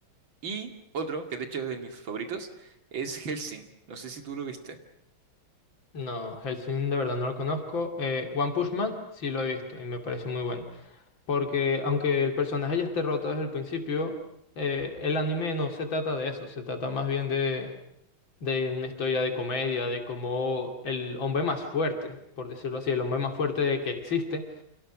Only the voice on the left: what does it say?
No, Hellsing de verdad no lo conozco. Eh, One Punch Man sí lo he visto y me parece muy bueno. Porque aunque el personaje ya esté roto desde el principio, eh, el anime no se trata de eso, se trata más bien de, de una historia de comedia, de cómo el hombre más fuerte, por decirlo así, el hombre más fuerte que existe,